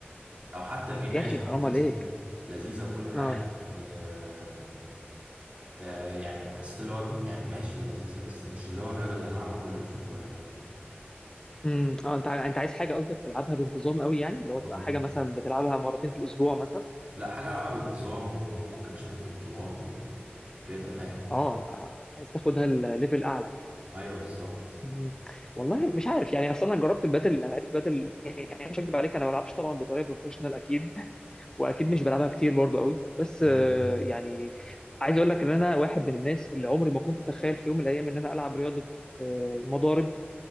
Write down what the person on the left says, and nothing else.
يا اخي
حرام عليك
اه
امم اه انت ع- انت عايز حاجه قصدك تلعبها بانتظام قوي يعني اللي هو تبقى
حاجه مثلا بتلعبها مرتين في الاسبوع مثلا
اه انت عايز تاخدها الليفل اعلى يعني
مم. والله مش عارف يعني اصلا انا جربت البادل انا لعبت بادل يعني مش هكدب عليك انا ما بلعبش طبعا بطريقه بروفيشنال اكيد <laughs> واكيد مش بلعبها كتير برضو قوي بس
آه، يعني عايز اقول لك ان انا واحد من الناس اللي عمري ما كنت اتخيل في يوم من الايام ان انا العب رياضه آه، مضارب